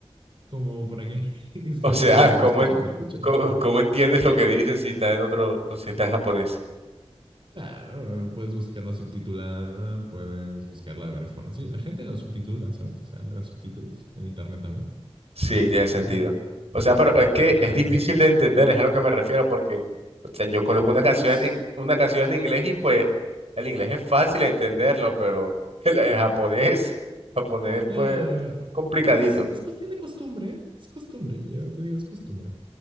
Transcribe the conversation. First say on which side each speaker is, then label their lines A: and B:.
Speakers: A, on the right (about 55°); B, on the right (about 75°).
A: como para qué, <laughs> es
B: O
A: que
B: sea,
A: si
B: ¿cómo,
A: lo escuchas,
B: en-
A: lo escucho.
B: cómo, cómo entiendes lo que dices si está en otro, si está en japonés?
A: Claro, puedes buscarla subtitulada, puedes buscarla de varias formas. Sí, la gente la subtitula, ¿sabes? O sea, le da subtítulos en internet también.
B: Sí, tiene sentido.
A: Mm,
B: O sea, pero es que
A: claro.
B: es difícil de entender, es a lo que me refiero, porque o sea, yo coloco una canción
A: Pues,
B: en, una canción en inglés y pues el inglés es fácil de entenderlo, pero <laughs> el, el japonés, <laughs> japonés
A: claro.
B: pues complicadito.
A: Pues es cuestión de costumbre. Es costumbre, yo te digo, es costumbre.